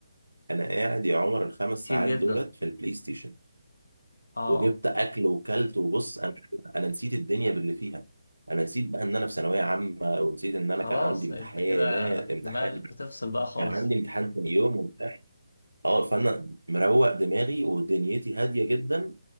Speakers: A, on the right; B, on the left.
A: انا قاعد يا عمر الخمس
B: كتير
A: ساعات
B: جدا
A: دولت في البلاي ستيشن
B: اه
A: وجبت اكل وكلت وبص انا انا نسيت الدنيا باللي فيها انا نسيت بقى ان انا في ثانويه عامه ونسيت ان
B: خلاص
A: انا كان عندي
B: انت
A: امتحانات
B: كده
A: امتحان
B: دماغك بتفصل بقى خالص
A: كان عندي امتحان تاني يوم وبتاع اه فانا مروق دماغي ودنيتي هاديه جدا